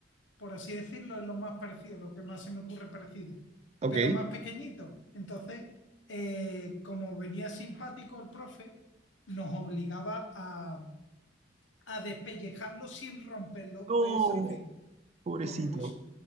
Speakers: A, on the left; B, on the right.
A: por así decirlo, es lo más parecido, lo que más se me ocurre parecido,
B: ok.
A: pero más pequeñito. Entonces, eh, como venía simpático el profe, nos obligaba a, a despellejarlo sin romperlo
B: No,
A: los huesos, en fin,
B: pobrecito.
A: horroroso,